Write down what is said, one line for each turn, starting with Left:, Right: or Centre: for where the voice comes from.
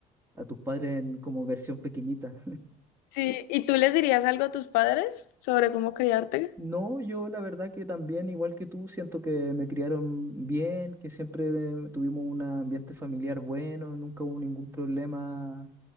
Right: a tus padres en como versión pequeñita.
Left: sí. ¿Y tú les dirías algo a tus padres sobre cómo criarte?
Right: No, yo la verdad que también, igual que tú, siento que me criaron bien, que siempre tuvimos un ambiente familiar bueno, nunca hubo ningún problema,